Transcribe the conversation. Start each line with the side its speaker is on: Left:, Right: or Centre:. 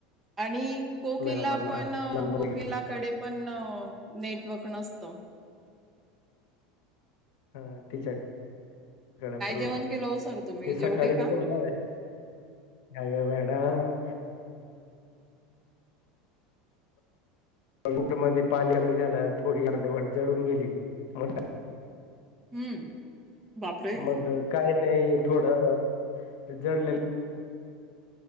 Right: आणि कोकिला
Left: मॅडमांना
Right: पण
Left: हा
Right: कोकिलाकडे पण नेट वर्क नसतं.
Left: हा तिच्या कडपण
Right: जेवण
Left: काय,
Right: केलं हो सर तुम्ही
Left: ती
Right: जेवले
Left: सकाळीच
Right: का
Left: <unintelligible> काय ग मॅडम कुकरमध्ये पाणी कमी झालं, थोडी अर्धवट जळून गेली, मट
Right: हम्म बापरे
Left: मग काय नाही, थोडं ते जडलेल